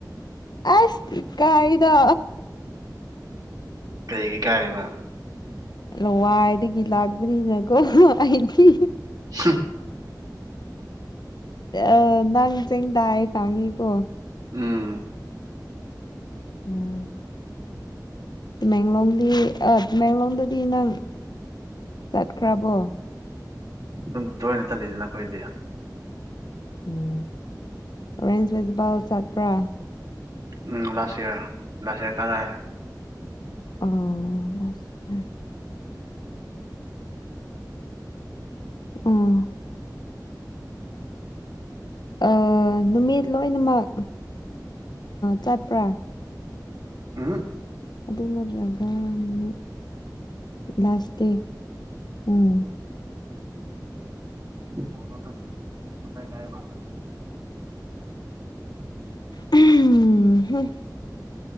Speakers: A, on the left; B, on the right.
A: ꯑꯁ ꯀꯥꯏꯗ
B: ꯀꯩꯒꯤ ꯀꯥꯏꯔꯤꯕ
A: ꯂꯋꯥꯏꯗꯒꯤ ꯂꯥꯛꯄꯅꯤꯅꯀꯣ ꯑꯩꯗꯤ
B: ꯍ
A: ꯑ ꯅꯪ ꯆꯤꯡ ꯇꯑ ꯈꯥꯉꯤꯀꯣ
B: ꯎꯝ
A: ꯎꯝ ꯇꯃꯦꯦꯡꯡꯂꯣꯡꯗꯤ ꯑ ꯇꯃꯦꯡꯂꯣꯡꯗꯗꯤ ꯅꯪ ꯆꯠꯈ꯭ꯔꯥꯕꯣ
B: ꯑꯗꯨꯝ ꯇꯣꯏꯅ ꯆꯠꯂꯤꯗꯅꯈꯣꯏꯗꯤ
A: ꯎꯝ ꯑꯣꯔꯦꯟꯖ ꯐꯦꯁꯇꯤꯚꯦꯜ ꯆꯠꯄ꯭ꯔꯥ
B: ꯎꯝ ꯂꯥꯁꯌꯥ ꯂꯥꯁꯌꯥ ꯀꯔꯦ
A: ꯑꯣꯁꯔ ꯑꯥ ꯑ ꯅꯨꯃꯤꯠ ꯂꯣꯏꯅꯃꯛ ꯆꯠꯄ꯭ꯔꯥ
B: ꯑ
A: ꯑꯗꯨ ꯅꯠꯇ꯭ꯔꯒ ꯅꯨꯃꯤꯠ ꯂꯥꯁ ꯗꯦ ꯎꯝ
B: ꯍꯣꯂꯣꯥꯏ ꯀ ꯐ
A: ꯎꯝ